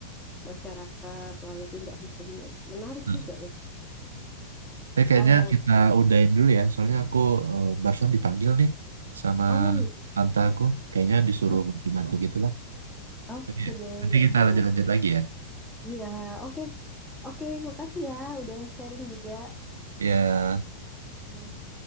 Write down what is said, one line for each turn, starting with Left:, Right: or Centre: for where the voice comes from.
Centre: masyarakat, lalu tindak hukumnya. Menarik
Right: Nah,
Centre: juga ya.
Right: eh, kayaknya
Centre: Eh,
Right: kita udahin dulu ya, soalnya aku eh, barusan dipanggil nih sama
Centre: oh, iya.
Right: tante aku. Kayaknya disuruh
Centre: O-
Right: bantu-bantu gitu lah.
Centre: oke
Right: Jadi,
Centre: deh,
Right: nanti
Centre: ya
Right: kita
Centre: udah.
Right: lanjut-lanjut lagi ya.
Centre: Iya, oke. Oke, makasih ya udah sharing juga.
Right: Ya.
Centre: Iya.